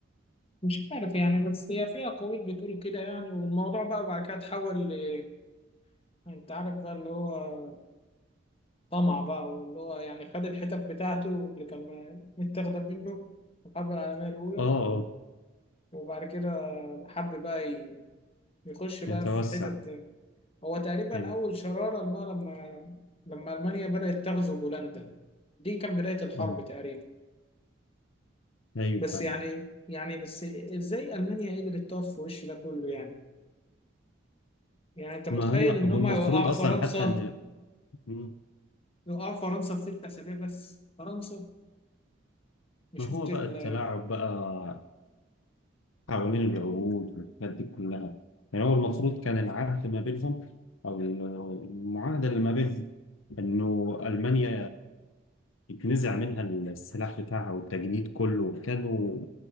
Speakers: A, on the left; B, on the left.
A: مش عارف يعني بس هي في اقاويل بتقول كده يعني والموضوع بقى بعد كده اتحول ل... انت عارف بقى اللي هو طمع بقى واللي هو يعني خد الحتت بتاعته اللي كان متاخدة منه في الحرب العالمية الأولى
B: اه اه
A: وبعد كده حب بقى ي- يخش بقى
B: يتوسع
A: في حتت هو تقريبا
B: ايوه
A: أول شرارة إن هو لما لما ألمانيا بدأت تغزو بولندا دي كان بداية الحرب
B: اه
A: تقريبا
B: ايوه
A: بس
B: فعلا
A: يعني يعني بس إزاي ألمانيا قدرت تقف في وش ده كله يعني يعني أنت متخيل
B: ما هي
A: إن
B: هو
A: هم
B: المفروض
A: يوقعوا
B: اصلا
A: فرنسا
B: حتى ان مم.
A: يوقعوا فرنسا في ست أسابيع بس فرنسا مش
B: ما
A: شفت
B: هو بقى
A: ال
B: التلاعب بقى حوالين العهود والحاجات دي كلها يعني هو المفروض كان العهد ما بينهم او المعاهدة اللي ما بينهم انه ألمانيا اتنزع منها السلاح بتاعها والتجنيد كله كانوا